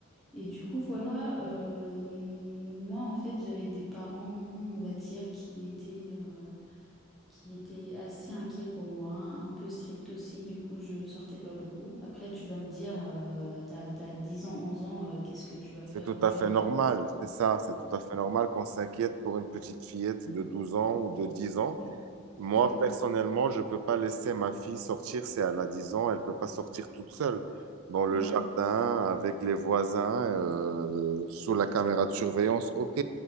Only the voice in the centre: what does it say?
Et du coup, voilà, euh, moi, en fait, j'avais des parents, on va dire, qui étaient, euh, qui étaient assez inquiets pour moi, un peu stricts aussi. Du coup, je sortais pas beaucoup. Après, tu vas me dire, euh, t'as, t'as 10 ans, 11 ans, euh, qu'est-ce que tu vas
faire
dehors?
Oui,
oui,
ouais.